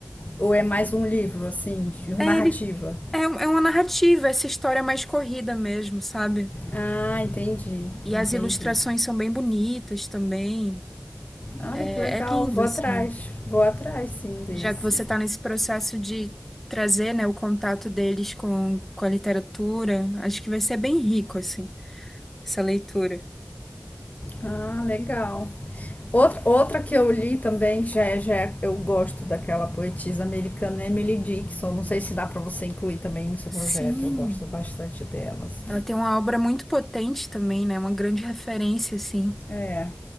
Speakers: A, on the left (about 40°); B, in the centre.
A: ou é mais um livro assim, de
B: É,
A: narrativa?
B: ele, é, um- é uma narrativa, essa história mais corrida mesmo, sabe?
A: Ah, entendi.
B: E as
A: Entendi.
B: ilustrações são bem bonitas também.
A: Olha
B: É,
A: que legal.
B: é lindo,
A: Vou
B: assim.
A: atrás. Vou atrás sim desse.
B: Já que você está nesse processo de trazer, né, o contato deles com, com a literatura, acho que vai ser bem rico, assim, essa leitura.
A: Ah, legal. Outra, outra que eu li também, que já é, já é- eu gosto daquela poetisa americana, Emily Dixon. Não sei se dá pra você incluir também no seu projeto.
B: Sim,
A: Eu gosto bastante delas.
B: ela tem uma obra muito potente também, né? Uma grande referência, assim.
A: É.